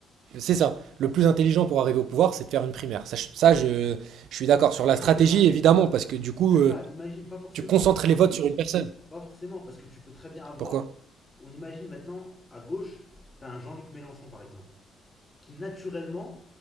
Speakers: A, on the right; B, on the left.
A: c'est ça. Le plus intelligent pour arriver au pouvoir, c'est de faire une primaire. Ça, je, ça, je- je suis d'accord. Sur
B: Mais
A: la
B: non,
A: stratégie,
B: même pas.
A: évidemment, parce que du coup,
B: Même
A: euh,
B: pas, imagine, pas forcément.
A: tu concentres les votes sur une personne.
B: Pas forcément, parce que tu peux très bien avoir.
A: Pourquoi?
B: On imagine maintenant, à gauche, t'as un Jean-Luc Mélenchon, par exemple, qui naturellement